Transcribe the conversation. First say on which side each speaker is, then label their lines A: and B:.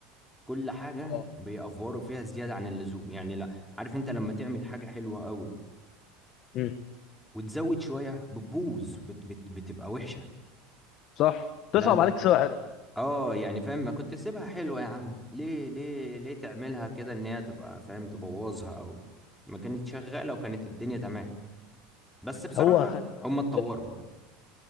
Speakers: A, in the centre; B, on the left.
A: كل حاجة
B: اه
A: بيأفوروا فيها زيادة عن اللزوم يعني لا عارف أنت لما تعمل حاجة حلوة قوي
B: امم
A: وتزود شوية بتبوظ بت بت بتبقى وحشة
B: صح تصعب
A: ده ده
B: عليك سوا حلو
A: اه يعني فاهم ما كنت سيبها حلوة يا عم ليه ليه ليه تعملها كده إن هي تبقى فاهم تبوظها أو ما كانت شغالة وكانت الدنيا تمام بس بصراحة
B: هو خلي بالك
A: هم اتطوروا